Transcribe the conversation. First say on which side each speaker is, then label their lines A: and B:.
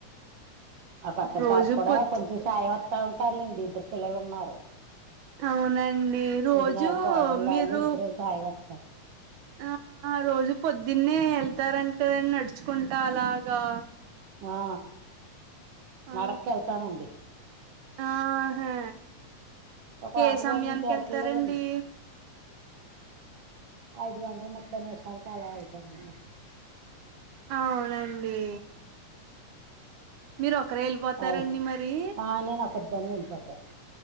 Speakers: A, on the right; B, on the right.
A: ఆ పక్కన
B: రోజు
A: పాప కూడా
B: పొద్దు
A: కొంచెం సాయం వస్తా ఉంటారులేండి ఇద్దరు పిల్లలు ఉన్నారు
B: అవునండి రోజూ
A: వదినాలు కోడళ్ళు
B: మీరు
A: వాళ్ళు ఇద్దరు సాయం వస్తారు
B: ఆ ఆ రోజు పొద్దున్నే వెళ్తారంట కదని నడుచుకుంటా అలాగా
A: ఆ
B: ఆ
A: నడక్ వెళ్తానండి
B: ఆహా
A: ఒక వారం
B: ఏ సమయానికి
A: రోజుల నుంచి వెళ్ళట్లేదండి
B: వెళ్తారండి
A: ఐదు గంటలు ముప్పై నిమిషాల కాలా ఏళ్త నండి
B: అవునండి మీరు ఒకరే ఎళ్పోతారండి
A: అయి
B: మరి?
A: ఆ నేను ఒకదాన్ని వెళ్ళిపోతాను